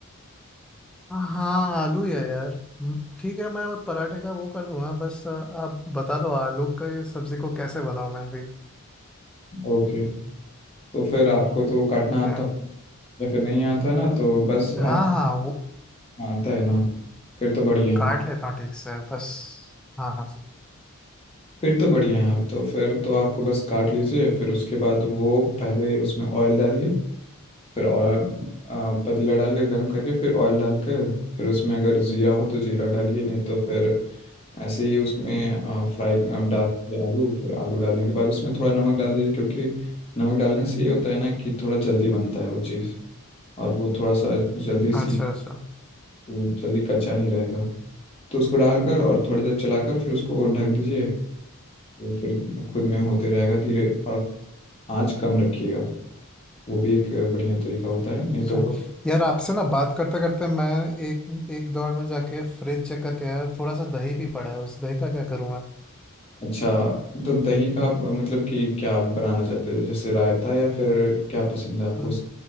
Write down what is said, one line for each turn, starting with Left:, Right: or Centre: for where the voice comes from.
Centre: हाँ आलू ही है यार हम्म, ठीक है मैं वो पराठे का वो कर दूंगा बस अ, आप बता दो आलू का ये सब्जी को कैसे बनाऊं मैं अभी
Left: ओके तो फिर आपको तो काटना आता
Centre: हाँ
Left: या फिर नहीं आता ना तो बस
Centre: हाँ
Left: आप
Centre: हाँ, वो
Left: हाँ, आता है ना फिर तो बढ़िया है
Centre: काट लेता हूँ ठीक से बस हाँ हाँ
Left: फिर तो बढ़िया है तो फिर तो आपको बस काट लीजिए फिर उसके बाद वो पहले उसमें ऑयल डालिए फिर और आ, पतीला डाल के गर्म करके फिर ऑयल डाल के फिर उसमें अगर जीरा हो तो जीरा डालिए नहीं तो फिर ऐसे ही उसमें फ्राई डाल दीजिए आलू फिर आलू डालने के बाद उसमें थोड़ा नमक डाल दीजिए क्योंकि नमक डालने से ये होता है ना कि थोड़ा जल्दी बनता है वो चीज़ और वो थोड़ा सा जल्दी सी
Centre: अच्छा अच्छा
Left: वो जल्दी कच्चा नहीं रहेगा तो उसको डालकर और थोड़ी देर चलाकर फिर उसको ढक दीजिए वो फिर खुद में होते रहेगा धीरे और आँच कम रखिएगा वो भी एक बढ़िया तरीका होता है नहीं
Centre: अच्छा
Left: तो वो
Centre: यार आपसे ना बात करते करते मैं एक एक दौर में जाके फ्रिज चेक करके आया थोड़ा सा दही भी पड़ा है उस दही का क्या करूँ मैं
Left: अच्छा तो दही का आप, मतलब कि क्या बनाना चाहते हैं जैसे रायता या फिर क्या पसंद है आपको
Centre: म-